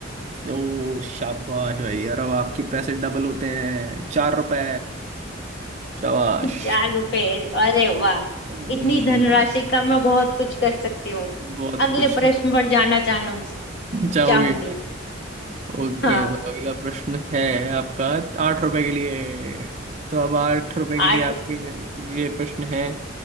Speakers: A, on the right (about 35°); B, on the left (about 60°).
A: ओ शाबाश भाई यार अब आपके पैसे डबल होते हैं चार रुपए शाबाश
B: चार रुपए अरे वाह
A: हम्म
B: इतनी धनराशि का मैं बहुत कुछ कर सकती हूँ
A: बहुत
B: अगले
A: कुछ
B: प्रश्न
A: <laughs>
B: पर जाना चाहूँ
A: चाहोगे
B: चाहूंगी
A: ओके
B: हाँ
A: तो अगला प्रश्न है आपका आठ रुपए के लिए तो अब आठ रुपए के
B: आठ
A: लिए आपके ये प्रश्न है